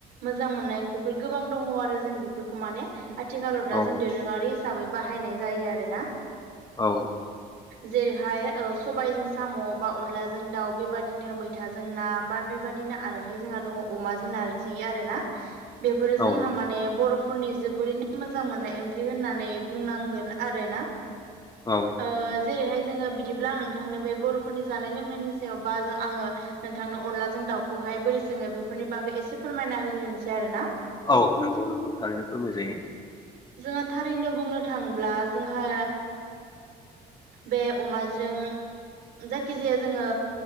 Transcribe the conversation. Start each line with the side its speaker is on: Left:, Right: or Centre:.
Right: मोजां मोननाय ओंख्रिफोर गोबां दङ आरो जों बेफोरखौ माने आथिखालाव दा
Left: औ
Right: जों दोरोङारि हिसाबै बाहायनाय जायो आरोना
Left: औ औ
Right: जेरैहाय सबायजों साम बा अनलाजों दाउ बेबायदिनो मैथाजों ना बा बेबायदिनो आरोहाय जोंहा दङ अमा जों नारजि आरो ना बेफोरो
Left: औ
Right: जोंहा माने बर' फोरनि जोबोरैनो मोजां मोननाय ओंख्रि होननानै बुंनांगोन आरोना
Left: औ
Right: ओ जेरैहाय जोङो बिदिब्ला नोंथांनो बे बर'फोरनि जानाय लोंनायनि सायाव बा आङो नोंथांनो अनलाजों दाउखौ बखहाय बोरै सोङो बेफोरनि बागै एसे फोरमायना होग्रोनोसै आरो ना
Left: औ नंगौ नंगौ थारैनो फोरमाय जायो
Right: जोंहा थारैनो बुंनो थाङोब्ला जोंहा बे अमाजों जायखिजाया जोङो